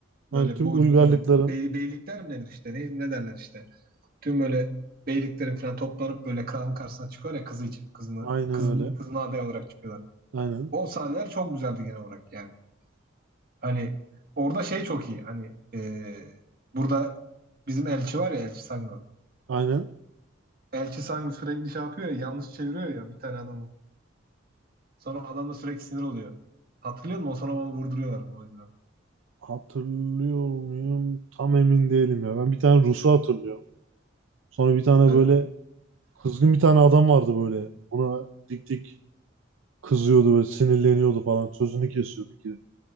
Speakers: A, on the right; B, on the right.
A: Yani
B: böyle
A: tüm
B: boylukların
A: uygarlıkların
B: bey- beylikler mi denir işte ne, ne derler işte. Tüm böyle beyliklerin falan toplanıp böyle kralın karşısına çıkıyor ya kızı için. Kızını,
A: aynen
B: kızın,
A: öyle.
B: kızına aday olarak çıkıyorlar.
A: Aynen.
B: O sahneler çok güzeldi genel olarak yani. Hani orada şey çok iyi. Hani e, burada bizim elçi var ya Elçi Sango.
A: Aynen.
B: Elçi Sango sürekli şey yapıyor ya yanlış çeviriyor ya bir tane adamı. Sonra adam da sürekli sinir oluyor. Hatırlıyor musun? O sonra onu vurduruyorlar bu oyundan.
A: Hatırlıyor muyum? Tam emin değilim ya. Ben bir tane Rus'u hatırlıyorum. Sonra bir tane
B: Ben
A: böyle kızgın bir tane adam vardı böyle. Buna dik dik kızıyordu böyle sinirleniyordu falan. Sözünü kesiyordu ki